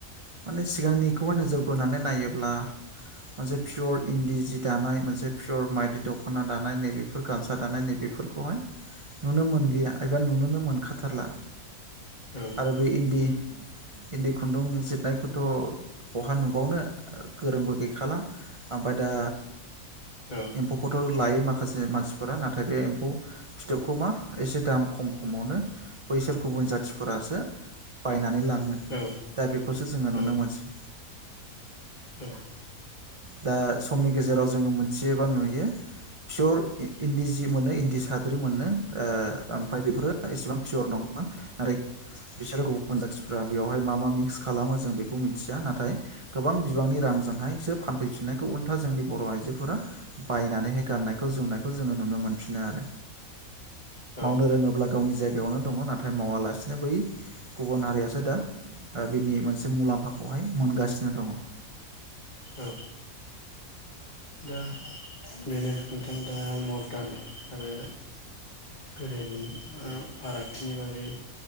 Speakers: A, on the right; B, on the left.
A: माने सिगांनि खौहा नोजोर बोनानै नायोब्ला मोनसे पियर इन्दि जि दानाय मोनसे पियर माइदि दख'ना दानाय नैबेफोर गामसा दानाय नैबेफोर खौहाय नुनो मोनलिया एबा नुनोनो मोनखाथारला।
B: औ
A: आरो बे इन्दि इन्दि खुन्दुं जिरनायखौथ बहा नुबावनो गोरोंबो गैखाला आमबाय दा
B: औ
A: एम्फौखौथ' लायो माखासे मानसिफोरा नाथाय बे एम्फौ फिथोबखौ मा एसे दाम खम खमावनो बैसोर गुबुन जाथिफोरासो बायनानै ला ङो
B: औ
A: दा बेखौसो जोङो नुनो
B: औ
A: मोनसै।
B: औ।
A: दा समनि गेजेराव जोङो मोन्थियो एबा नुयो पियर इ इन्दि जि मोनो इन्दि साद्रि मोन्नो ओ ओमफ्राय बेफोरो एसेबां पियर नङा नाथाय बिसोरो गुबुन जाथिफ्रा बेवहाय मा मा मिक्स खालामो जों बेखौ मि न्थिया नाथाय गोबां बिबांनि रांजोंहाय सोब फानफैफिननायखौ उल्था जोंनि बर' आइजोफोरा बायनानै हाय गान्नायखौ जोमनायखौ जोङो नुनो मोनफिनो आरो।
B: औ
A: मावनो रोङोब्ला गावनि जाय बेयावनो दंङ नाथाय मावालासिनो बै गुबुन हारियासो दा ओ बिनि मोनसे मुलाम्फाखौहाय मोनगासिनो दंङो।
B: औ दा बेनो नोंथां दा मर्दान आरो गोदोनि ओ फारागथिनि बागै